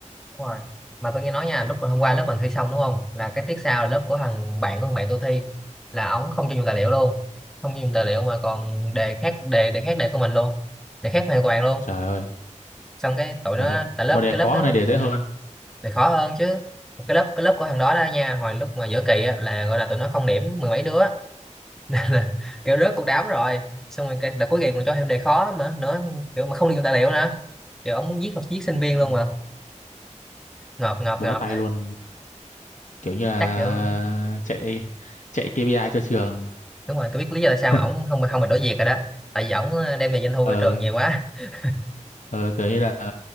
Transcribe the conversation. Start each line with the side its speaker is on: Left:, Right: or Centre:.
Centre: Đúng rồi. Mà tôi nghe nói nha, lúc mà hôm qua lớp mình thi xong đúng không? Là cái tiết sau là lớp của thằng bạn của thằng bạn tôi thi là ổng không cho dùng tài liệu luôn. Không cho dùng tài liệu mà còn đề khác đề đề khác đề của mình luôn. Đề khác hoàn toàn luôn.
Left: trời ơi
Centre: Xong cái tụi nó
Left: trời ơi
Centre: tại lớp
Left: mà đề
Centre: cái
Left: khó
Centre: lớp đó
Left: hơn này đề dễ
Centre: ừ,
Left: hơn
Centre: đề khó hơn chứ. Cái lớp cái lớp của thằng đó đó nha, hồi lúc mà giữa kỳ á, là gọi là tụi nó không điểm mười mấy đứa <laughs> là kiểu rớt cuộc đám rồi. Xong rồi cái đợt cuối kỳ còn cho thêm đề khó mà nữa kiểu mà không được dùng tài liệu nữa. Kiểu ông muốn giết học giết sinh viên
Left: ừ.
Centre: luôn mà. Ngợp ngợp
Left: bó
Centre: ngợp
Left: tay luôn kiểu như là
Centre: chắc kiểu
Left: chạy chạy kê pi ai cho trường
Centre: đúng rồi tôi biết lý do tại sao
Left: <laughs>
Centre: mà ổng không không bị đổi việc rồi đó tại vì ổng ờ, đem về doanh thu
Left: ờ,
Centre: cho trường nhiều quá <laughs>
Left: ờ kiểu như là